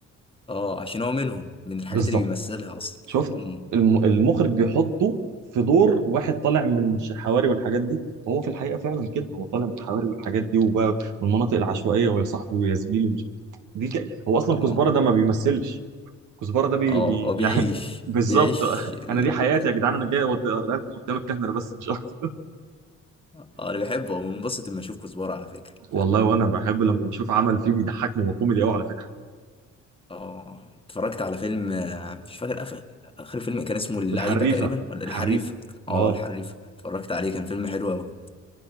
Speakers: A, on the left (about 20°); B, on the right (about 80°).
A: اه عشان هو منهم من الحاجات
B: بالظبط
A: اللي بيمثلها اصلا
B: شفت
A: امم
B: الم... المخرج بيحطه في دور واحد طالع من ش- حواري والحاجات دي وهو في الحقيقه فعلا كده هو طالع من حواري والحاجات دي وبقى والمناطق العشوائيه ويا صاحبي ويا زميلي ومش... دي ك... هو اصلا
A: اه
B: كزبره ده ما بيمثلش كزبره ده بي...
A: اه
B: بي...
A: هو بيعيش
B: يعني <laughs> بالظبط
A: بيعيش بي...
B: انا دي حياتي يا جدعان انا جاي اوريها لكم قدام الكاميرا بس مش اكتر
A: اه انا بحبه وبنبسط لما اشوف كزبره على فكره
B: والله
A: يعني
B: وانا بحب لما بشوف عمل فيه بيضحكني وكوميدي قوي على فكره
A: اه اتفرجت على فيلم آه، مش فاكر آخر آخر فيلم كان اسمه اللعيبة
B: الحريفه
A: تقريبا ولا
B: الحريفه
A: الحريف اه
B: اه
A: الحريف اتفرجت عليه كان فيلم حلو أوي